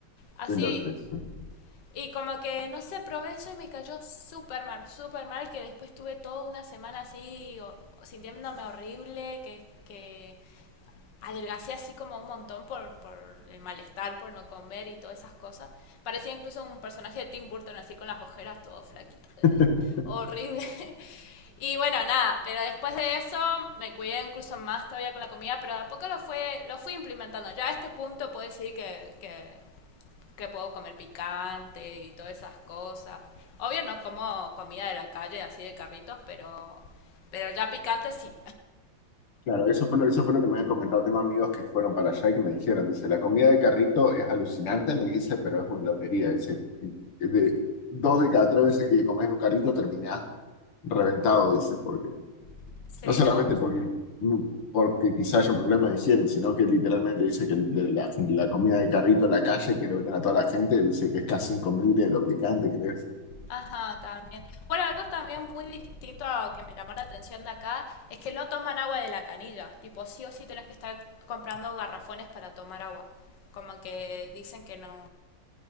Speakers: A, on the left; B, on the left.
A: Así,
B: de lotes.
A: y como que no sé, probé eso y me cayó súper mal, súper mal, que después tuve toda una semana así o- sintiéndome horrible, que, que adelgacé así como un montón por, por el malestar, por no comer y todas esas cosas. Parecía incluso un personaje de Tim Burton así con las ojeras todo flaquito.
B: <laughs>
A: <laughs> Horrible. <laughs> Y bueno, nada, pero después de eso me cuidé incluso más todavía con la comida, pero de a poco lo, fue, lo fui implementando. Ya a este punto puedo decir que, que, que puedo comer picante y todas esas cosas. Obvio no como comida de la calle así de carritos, pero, pero ya picante sí.
B: Claro, eso fue lo, eso fue lo que me habían comentado. Tengo amigos que fueron para allá y que me dijeron, dice, la comida de carrito es alucinante, me dice, pero es una lotería. Dice, de dos de cada tres veces que comes en un carrito terminás reventado, dice, porque
A: <laughs> Sí,
B: No solamente
A: no.
B: porque, porque quizás haya un problema de higiene, sino que literalmente dice que el- la, la comida de carrito en la calle que le venden a toda la gente, dice que es casi incomible lo picante que es.
A: Ajá, también. Bueno, algo también muy distinto a- que me llamó la atención de acá es que no toman agua de la canilla. Tipo, sí o sí tenés que estar comprando garrafones para tomar agua. Como que dicen que no.